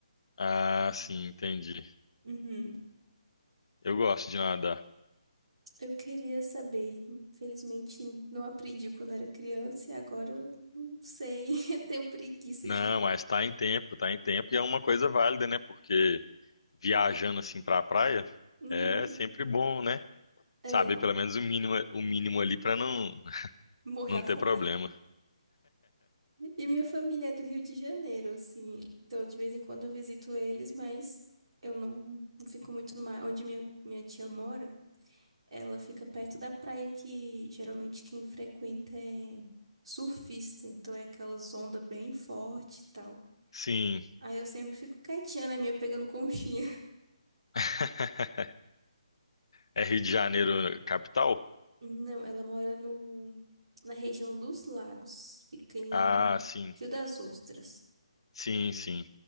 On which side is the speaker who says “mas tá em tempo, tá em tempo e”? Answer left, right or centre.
Left